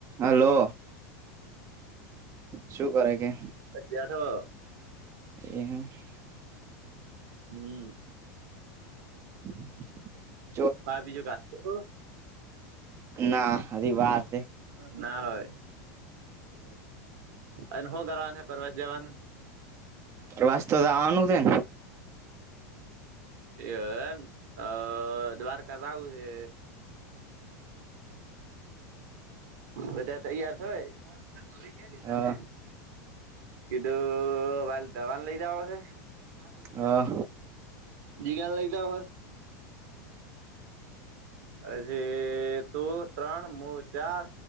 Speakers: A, on the right; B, on the right.
A: હલો શું કરે કે
B: જછ તો
A: એ હ
B: હમ
A: <inaudible>
B: હા બીજું કા
A: ના
B: એક
A: હજી વાર છે
B: ના હોય અહો કરન હૈ પરવત જવાન
A: વાસ તોવાનું છે ને
B: એ એમ અ દ્વારકા જાવું છે. બધા તૈયાર થય હ તમને થોડી છે લીધા
A: હા
B: હ. કીધું વા દવાને લઈ જાવ હશેરે નહી.
A: હા
B: જી કાન લઈતા પછી તું ત્રણ મો ચાર